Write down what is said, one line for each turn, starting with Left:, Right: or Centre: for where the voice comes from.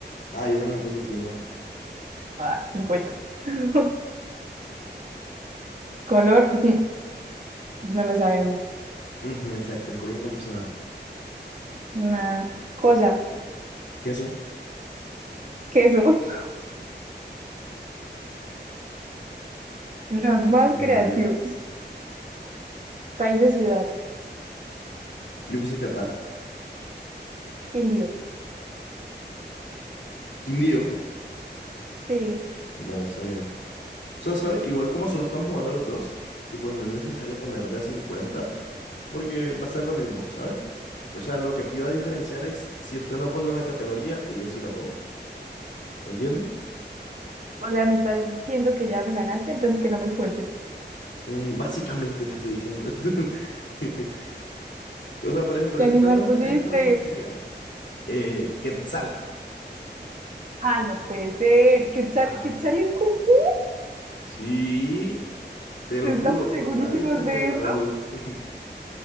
Left: Ah, yo también puse quinoa.
Right: Ay, 50. <laughs> Color, Ujú. no lo sabemos.
Left: Ujú, exacto, en color no puse nada.
Right: Una cosa,
Left: Queso.
Right: queso. <laughs> Los más
Left: Qué
Right: creativos.
Left: rabia.
Right: País o ciudad,
Left: Yo puse catar.
Right: indio.
Left: Quindío.
Right: Sí.
Left: Bueno, está bien. O sea, ¿sabes? Igual como solo estamos jugando los dos, tipo, no es necesario poner de a 50, porque va a ser lo mismo, ¿sabes? O sea, lo que aquí va a diferenciar es si usted no pone una categoría y yo sí la pongo. ¿Me entiendes?
Right: O sea, me está diciendo que ya me ganaste, entonces que no me esfuerce.
Left: Mm, básicamente te estoy diciendo eso. <laughs> O sea, por ejemplo,
Right: ¿Qué
Left: en
Right: animal
Left: esta ronda,
Right: pusiste?
Left: en esta ronda sí te gané. Eh, Quetzal.
Right: Ay, no puede ser. Quetzal,
Left: Ah,
Right: Quetzal es cucú.
Left: Sí, te lo
Right: ¿Estamos
Left: juro por
Right: segurísimos
Left: la Virgen
Right: de
Left: de Guadalupe.
Right: esto?
Left: <laughs>